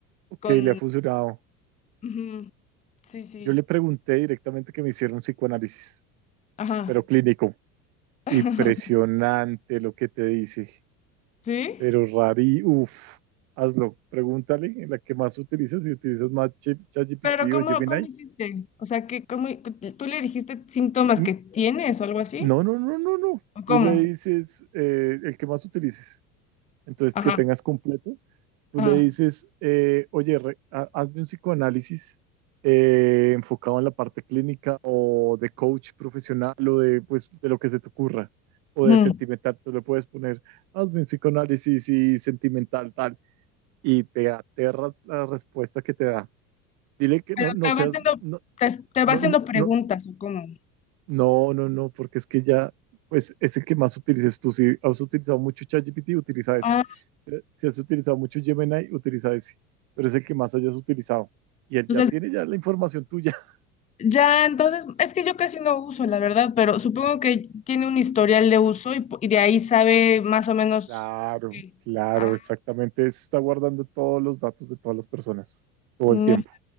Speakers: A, on the right; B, on the left.
A: ok,
B: con
A: le ha funcionado.
B: Ujú, Sí, sí.
A: Yo le pregunté directamente que me hiciera un psicoanálisis,
B: Ajá.
A: pero clínico.
B: <laughs>
A: Impresionante lo que te dice,
B: ¿Sí?
A: pero rari, uff, hazlo, pregúntale en la que más utilizas, si utilizas más Ch- ChatGPT
B: Pero ¿cómo,
A: o Gemini.
B: cómo hiciste? O sea, que cómo, ¿tú le dijiste síntomas
A: mm,
B: que tienes o algo así?
A: No, no, no, no, no.
B: ¿O
A: Tú
B: cómo?
A: le dices eh, el que más utilices. Entonces,
B: Ajá,
A: que tengas completo. Tú
B: ajá.
A: le dices, eh, oye, re- ha- hazme un psicoanálisis eh, enfocado en la parte clínica o de coach profesional o de, pues, de lo que se te ocurra o
B: ujú.
A: de sentimental. Tú le puedes poner, hazme un psicoanálisis y sentimental tal. Y te aterras la respuesta que te da. Dile que
B: Pero
A: no, no
B: te
A: seas,
B: va haciendo,
A: no,
B: te, te
A: no,
B: va haciendo
A: no,
B: preguntas,
A: no
B: ¿o cómo?
A: No, no, no, porque es que ya, pues es el que más utilices tú. Si has utilizado mucho ChatGPT, utiliza ese.
B: Ah,
A: Eh, Si has utilizado mucho Gemini, utiliza ese. Pero es el que más hayas utilizado. Y él
B: entonces,
A: ya tiene ya la información tuya. <laughs>
B: ya, entonces, es que yo casi no uso, la verdad, pero supongo que tiene un historial de uso y, po- y de ahí sabe más o menos.
A: Claro,
B: qué.
A: claro,
B: Ah,
A: exactamente. Se está guardando todos los datos de todas las personas, todo
B: no,
A: el tiempo.